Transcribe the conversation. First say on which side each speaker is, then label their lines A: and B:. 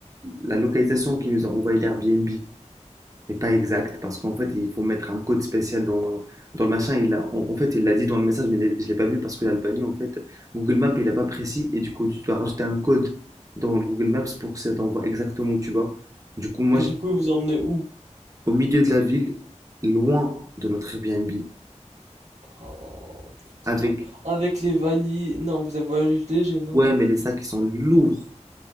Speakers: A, on the right; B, on the right.
A: la localisation qui nous a envoyé l'Airbnb. mais pas exact, parce qu'en fait, il faut mettre un code spécial dans, dans le machin. Il a, en, en fait, il l'a dit dans le message, mais je ne l'ai pas vu parce que l'Albanie, en fait, Google Maps, il n'a pas précis, et du coup, tu dois rajouter un code dans le Google Maps pour que ça t'envoie exactement où tu vas. Du coup, moi,
B: Et
A: j'étais
B: du coup, vous vous emmenez où?
A: au milieu de la ville, loin de notre Airbnb,
B: Oh, putain.
A: avec,
B: Avec les valises. Non, vous avez voyagé léger, non?
A: ouais, mais les sacs, ils sont lourds.